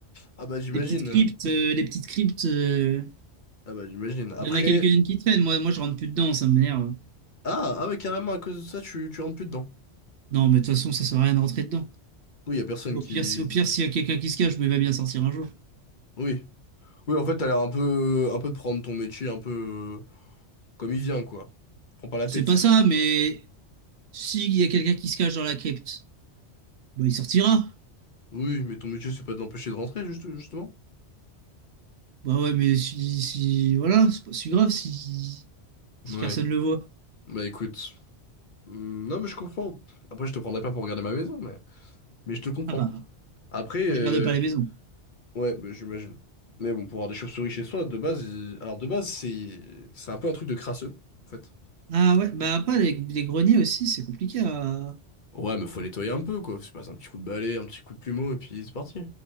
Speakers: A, on the left (about 50°); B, on the right (about 65°).
A: Ah bah, j'imagine.
B: Des petites cryptes, euh, les petites cryptes, euh,
A: Ah bah, j'imagine. Après.
B: il y en a quelques-unes qui traînent. Moi, moi, je rentre plus dedans, ça m'énerve.
A: Ah, ah ouais, carrément, à cause de ça, tu, tu rentres plus dedans.
B: Non, mais de toute façon, ça sert à rien de rentrer dedans.
A: Oui, y a personne
B: Au
A: qui.
B: pire, si, au pire, s'il y a quelqu'un qui se cache, mais il va bien sortir un jour.
A: Oui. Oui, en fait, t'as l'air un peu, un peu de prendre ton métier un peu euh, comme il vient, quoi. Tu prends pas la
B: C'est
A: tête.
B: pas ça, mais s'il y a quelqu'un qui se cache dans la crypte, bah, il sortira.
A: Oui, mais ton métier, c'est pas de l'empêcher de rentrer, juste, justement.
B: Bah ouais, mais si, si, voilà, c'est pas si grave si, si
A: Ouais.
B: personne le voit.
A: Bah écoute. Hmm, Non, mais je comprends. Après, je te prendrai pas pour regarder ma maison, mais, mais je te comprends.
B: Ah bah,
A: Après, euh,
B: moi, je garde pas les maisons.
A: ouais, bah, j'imagine. Mais bon, pour avoir des chauves-souris chez soi, de base, il- alors de base, c'est c'est un peu un truc de crasseux, en fait.
B: Ah ouais, bah après, les, les greniers aussi, c'est compliqué à...
A: Ouais, mais faut nettoyer un peu, quoi. C'est pas un petit coup de balai, un petit coup de plumeau, et puis c'est parti.